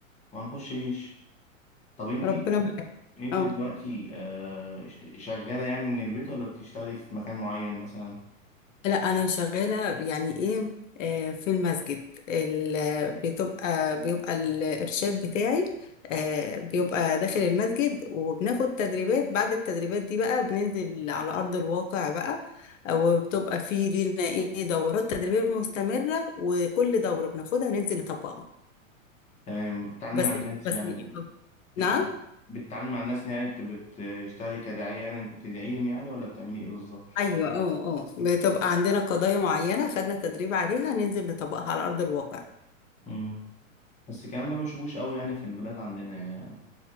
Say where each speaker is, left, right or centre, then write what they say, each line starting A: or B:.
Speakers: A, on the left; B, on the left.
A: وهنخش جيش طب أنت
B: ربنا معاك
A: انت
B: اه
A: دلوقتي آه، ش- شغالة يعني من البيت ولا بتشتغلي في مكان معين مثلا
B: لا انا شغاله يعني ايه آه في المسجد ال- بتبقى بيبقى الارشاد بتاعي آه بيبقى داخل المسجد وبناخد تدريبات بعد التدريبات دي بقى بننزل على ارض الواقع بقى وبتبقى في لينا ايه دورات تدريبيه مستمره وكل دوره بناخدها ننزل نطبقها
A: تمام بتتعاملي
B: بس
A: مع الناس
B: بس
A: يعني بت...
B: نعم
A: بتتعاملي مع الناس يعني بت... بتشتغلي كداعية يعني بتدعيهم يعني ولا بتعملي ايه بالظبط
B: ايوه اه اه بتبقى عندنا قضايا معينه خدنا تدريب عليها ننزل نطبقها على ارض الواقع
A: مم. بس الكلام ده ما بنشوفوش قوي يعني في البلاد عندنا يعني.